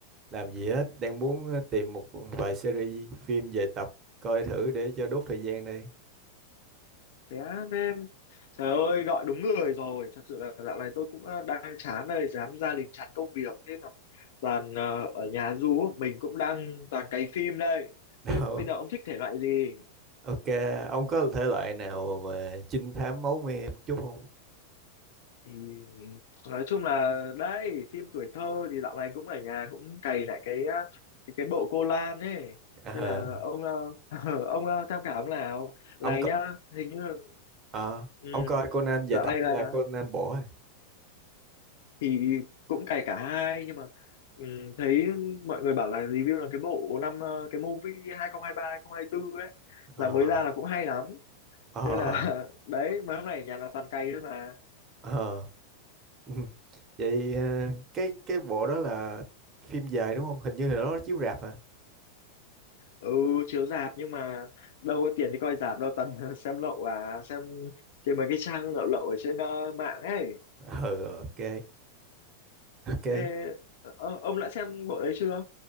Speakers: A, on the right; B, on the left.
A: làm gì hết. Đang muốn ờ, tìm một vài series phim về tập coi thử để cho đốt thời gian đây.
B: thế á, thế trời ơi gọi đúng người rồi thật sự là dạo này tôi cũng ờ, đang chán đây chán gia đình chán công việc thế là toàn ờ, ở nhà du mình cũng đang toàn cày phim đây
A: <laughs> Đâu,
B: thế bây giờ ông thích thể loại gì
A: Ok, ông có thể loại nào mà trinh thám máu me một chút không?
B: thì nói chung là đấy phim tuổi thơ thì dạo này cũng ở nhà cũng cày lại cái ờ, cái, cái bộ cô Lan ấy
A: Ờ,
B: thế là ông ờ, <laughs> ông ờ, tham khảo nào này
A: ông coi,
B: nhá hình như
A: ờ,
B: Ừ,
A: ông coi Conan về
B: dạo
A: tập
B: này
A: hay
B: là
A: là Conan bỏ?
B: thì cũng cày cả hai nhưng mà ừ, thấy mọi người bảo là review là cái bộ năm ờ, cái movie 2023 2024 ấy
A: Ờ,
B: là mới ra là cũng hay lắm.
A: ờ,
B: Thế là <laughs> đấy mấy hôm nay ở nhà là toàn cày thôi mà.
A: ờ. <laughs> Ừ. Vậy ờ, cái cái bộ đó là phim dài đúng không? Hình như là đó chiếu rạp hả?
B: Ừ chiếu rạp nhưng mà đâu có tiền đi coi rạp đâu toàn <laughs> xem lậu à xem trên mấy cái trang lậu lậu ở trên ờ, mạng ấy.
A: <laughs> Ừ, ok, ok.
B: Thế, ờ, ông đã xem bộ đấy chưa?